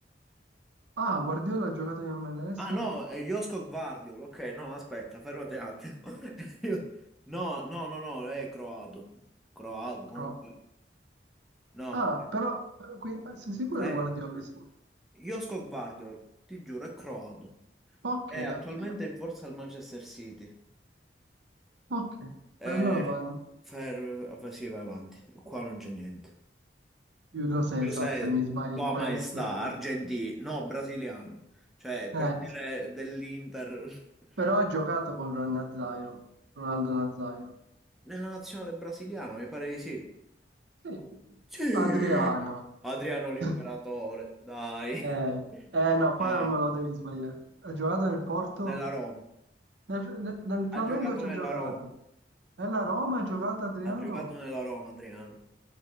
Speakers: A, on the right; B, in the centre.
A: Ah, Guardiola ha giocato in MLS?
B: Ah no, è Josko Gvardiol. Ok, no, aspetta, fermati un attimo. <laughs> Io- No, no, no, no, è croato. Croato,
A: Cro-
B: comunque. No,
A: Ah, però eh, qui, eh, sei sicuro
B: è
A: che Guardiola? è su-
B: Josko Gvardiol, ti giuro, è croato.
A: Ok,
B: È attualmente
A: ok,
B: in forza al Manchester City.
A: ok.
B: Eh,
A: Allora va
B: fer- va- sì, vai avanti. Qua non c'è niente.
A: Giulio Cesar,
B: Cos'è
A: se mi sbaglio
B: tua
A: in questo.
B: maestà, argentino? No, brasiliano. Cioè, il
A: Eh,
B: portiere dell'Inter.
A: però
B: <laughs>
A: ha giocato con Ron Nazairo, Ronaldo Nazairo.
B: Nella nazionale brasiliana, mi pare di sì.
A: Sì,
B: Sì!
A: Adriano.
B: Adriano l'imperatore,
A: <laughs>
B: dai.
A: Eh,
B: <laughs>
A: eh, no, qua
B: Eh,
A: non me lo devi sbagliare. Ha giocato nel Porto?
B: nella Roma.
A: Nel, nel- nel Flamengo
B: Ha giocato
A: ci
B: nella
A: ha giocato.
B: Roma.
A: Nella Roma ha giocato Adriano?
B: Ha giocato nella Roma, Adriano.